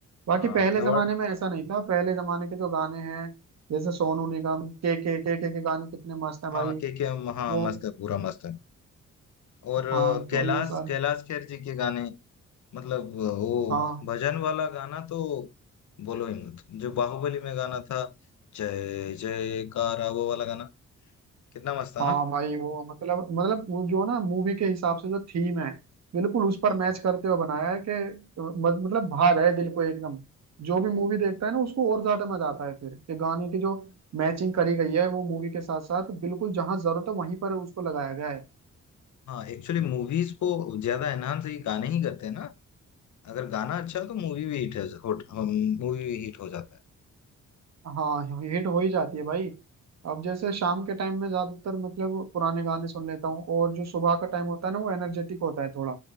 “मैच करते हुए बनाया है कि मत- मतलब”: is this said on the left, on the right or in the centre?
Right